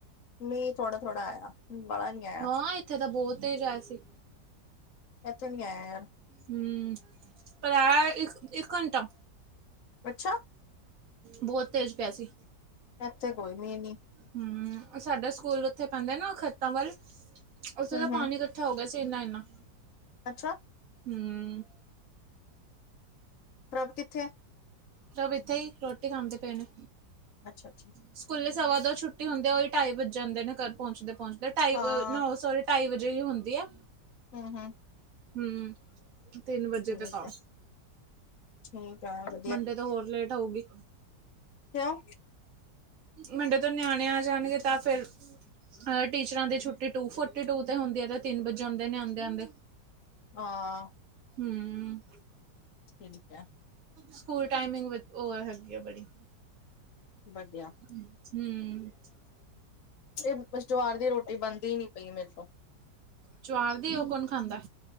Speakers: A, on the left (about 60°); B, on the right (about 50°).
A: ਮੀਂਹ ਥੋੜਾ-ਥੋੜਾ ਆਇਆ ਬਾਲਾ ਨੀ ਆਇਆ
B: ਹਾਂ ਇੱਥੇ ਤਾਂ ਬਹੁਤ ਤੇਜ ਆਇਆ ਸੀ।
A: ਇੱਥੇ ਨੀ ਆਇਆ ਯਾਰ।
B: ਹਮ। ਪਰ ਆਇਆ ਇੱਕ, ਇੱਕ ਘੰਟਾ
A: ਅੱਛਾ।
B: ਬਹੁਤ ਤੇਜ਼ ਪਿਆ ਸੀ।
A: ਇੱਥੇ ਕੋਈ ਮੀਂਹ ਨੀ
B: ਹਮ ਸਾਡਾ ਸਕੂਲ ਉੱਥੇ ਪੈਂਦਾ ਨਾ ਖੇਤਾਂ ਵੱਲ, ਉੱਥੇ
A: ਹੂੰ-ਹੂੰ
B: ਤਾਂ ਪਾਣੀ ਕੱ ਇਕੱਠਾ ਹੋ ਗਿਆ ਸੀ ਇੰਨਾ- ਇੰਨਾ
A: ਅੱਛਾ।
B: ਹਮ।
A: ਪ੍ਰਭ ਕਿੱਥੇ
B: ਪ੍ਰਭ ਇੱਥੇ ਹੀ ਰੋਟੀ ਖਾਂਦੇ ਪਏ ਨੇ।
A: ਅੱਛਾ, ਅੱਛਾ।
B: ਸਕੂਲੇ ਸਵਾ ਦੋ ਛੁੱਟੀ ਹੁੰਦੀ ਐ, ਉਹੀ ਢਾਈ ਵੱਜ ਜਾਂਦੇ ਨੇ ਘਰ ਪਹੁੰਚਦੇ- ਪਹੁੰਚਦੇ ਢਾਈ
A: ਹਾਂ
B: ਨ ਸੋਰੀ ਢਾਈ ਵਜੇ ਹੀ ਹੁੰਦੀ ਆ।
A: ਹਮ -ਹਮ।
B: ਹਮ, ਤਿੰਨ ਵਜੇ
A: ਠੀਕ
B: ਤੱਕ ਆਓ।
A: ਆ ਠੀਕ ਏ।
B: ਮੰਡੇ ਤੋਂ ਹੋਰ ਲੇਟ ਹੋਊਗੀ।
A: ਕਿਉਂ।
B: ਮੰਡੇ ਤੋਂ ਨਿਆਣੇ ਆ ਜਾਣਗੇ, ਤਾਂ ਫੇਰ ਅਹ। ਟੀਚਰਾਂ ਦੀ ਛੁੱਟੀ ਟੂ ਫੋਟੀ ਟੂ ਤੇ ਹੁੰਦੀ ਹੈ, ਤੇ ਤਿੰਨ ਵਜ ਜਾਂਦੇ ਆਉਦੇ- ਆਉਂਦੇ।
A: ਹਾਂ।
B: ਹਮ।
A: ਠੀਕ ਆ
B: ਸਕੂਲ ਟਾਈਮਿੰਗ, ਉਹ ਹੈਗੀ ਆ ਬੜੀ।
A: ਵਧੀਆ।
B: ਹਮ।
A: ਇਹ ਜਵਾਰ ਦੀ ਰੋਟੀ ਬਣਦੀ ਹੀ ਨੀ ਪਈ ਮੇਰੇ ਤੋਂ।
B: ਜਵਾਰ ਦੀ ਉਹ ਕੌਣ ਖਾਂਦਾ?